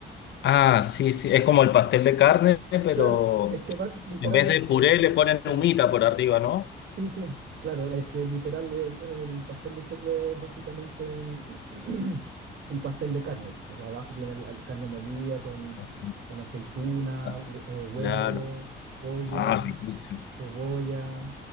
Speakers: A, on the left; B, on the right.
A: Ah, sí, sí, es como el pastel de carne, pero
B: Claro, es que va literalmente,
A: en vez de puré le ponen
B: sí,
A: humita por arriba, ¿no?
B: Sí, sí, claro, es que literal el, el pastel de choclo es básicamente un, <clears throat> un pastel de carne. Abajo viene la la carne molida con,
A: Claro.
B: con aceituna,
A: Ah,
B: hu- eh, huevo,
A: claro.
B: pollo,
A: Ah, riquísimo.
B: cebolla.